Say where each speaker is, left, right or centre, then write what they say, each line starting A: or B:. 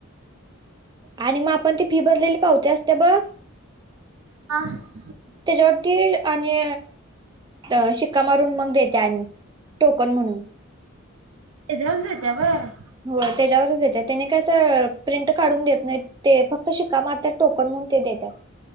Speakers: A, on the right; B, on the right.
A: आणि मगं आपणं ती फी भरलेली पावत्या असतात बघ
B: <unintelligible>
A: तेच्यांवर ती आणि अ शिक्का मारून मग देत्याला आणि टोकन म्हणून
B: हे सर्वच देता होय
A: हो त्यांच्यावरच येते त्यानें काय अस प्रिंट काढून देत नाहीं ते फक्तं शिका मारतात टोकंन म्हणून ते देतात